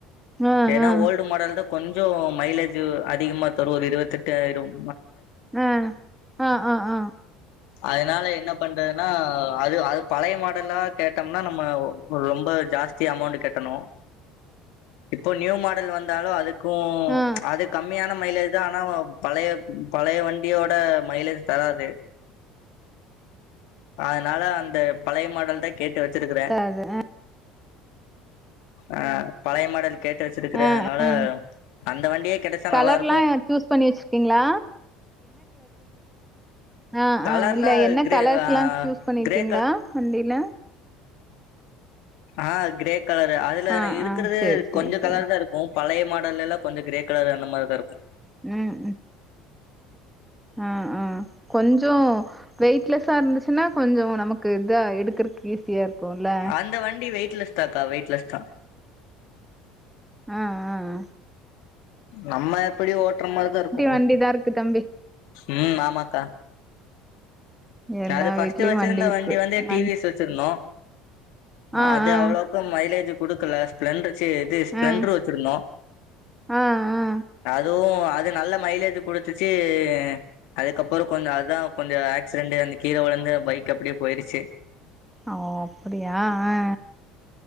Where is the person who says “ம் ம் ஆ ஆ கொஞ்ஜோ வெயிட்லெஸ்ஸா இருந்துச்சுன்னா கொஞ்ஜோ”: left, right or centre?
Centre